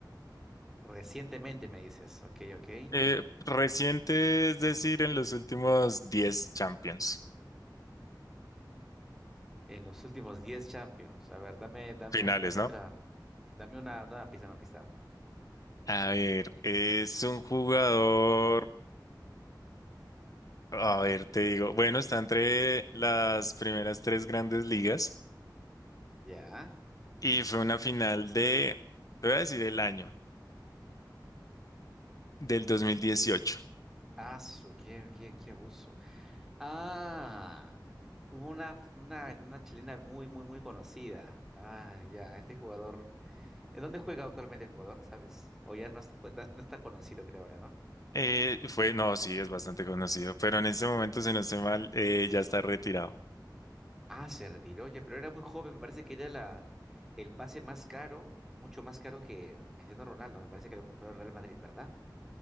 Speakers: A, in the centre; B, on the left.
A: Recientemente me dices, ok, ok.
B: Eh, reciente, es decir, en los últimos 10 Champions
A: En los últimos 10 Champions. A ver, dame, dame,
B: finales,
A: dame
B: ¿no?
A: otra, dame una, una pista, una pista.
B: A ver, es un jugador, a ver, te digo, bueno, está entre las primeras tres grandes ligas.
A: Ya.
B: Y fue una final de, te voy a decir el año, del 2018.
A: Ah, su, qué, qué, qué abuso. Ah, una, f- una, una chilena muy, muy, muy conocida. Ah, ya, este jugador. ¿En dónde juega actualmente el jugador, sabes? O ya no está, co- no no está conocido, creo ahora, ¿no?
B: Eh, fue, no, sí, es bastante conocido, pero en este momento, si no estoy mal, eh, ya está retirado.
A: Ah, se retiró ya, pero era muy joven. Me parece que era la, el pase más caro, mucho más caro que Cristiano Ronaldo. Me parece que lo compró el Real Madrid, ¿verdad?